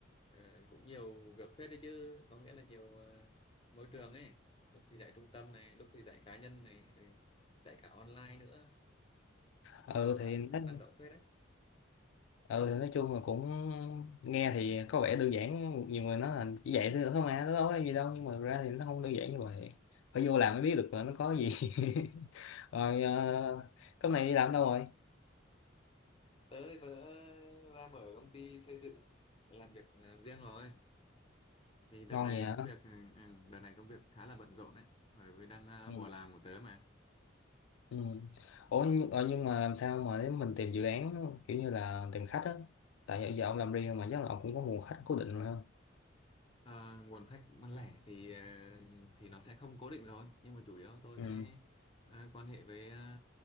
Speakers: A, on the left (about 25°); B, on the left (about 85°).
A: ờ, cũng nhiều việc phết đấy chứ có nghĩa là nhiều ờ, môi trường ấy lúc thì dạy trung tâm này lúc thì dạy cá nhân này rồi dạy cả online nữa
B: ừ
A: chứng tỏ bạn
B: thì nó
A: năng động phết đấy
B: ừ thì nói chung là cũng nghe thì có vẻ đơn giản nhiều người nói là chỉ vậy thôi thôi mà nó đâu có cái gì đâu nhưng mà thực ra thì nó không đơn giản như vậy phải vô làm mới biết được là nó có gì <laughs> rồi uh, cái này đi làm đâu rồi
A: tớ thì tớ ra mở công ty xây dựng làm việc ờ, riêng rồi thì đợt
B: ngon
A: này
B: vậy hả
A: công việc ừ, ừ, đợt này công việc khá là bận rộn đấy bởi vì đang ờ,
B: ừ.
A: mùa làm của tớ mà
B: Ừ. Ủa nhưng, ờ, nhưng mà làm sao mà để mình tìm dự án kiểu như là tìm khách á tại giờ giờ ông làm riêng mà chắc là ông cũng có nguồn khách cố định rồi không
A: À, nguồn khách bán lẻ thì ờ, thì nó sẽ không cố định rồi nhưng mà chủ yếu tôi
B: ừ
A: sẽ ờ, quan hệ với ờ,